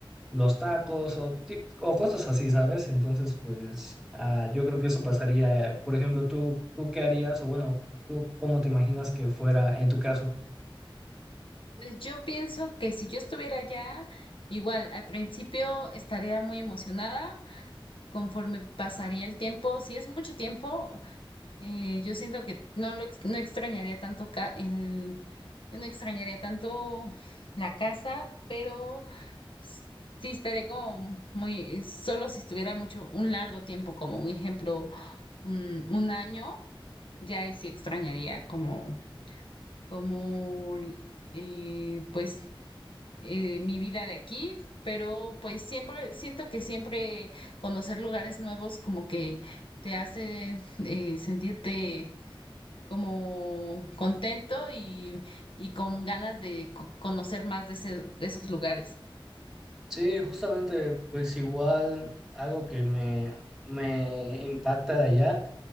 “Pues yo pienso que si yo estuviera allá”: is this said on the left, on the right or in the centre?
Left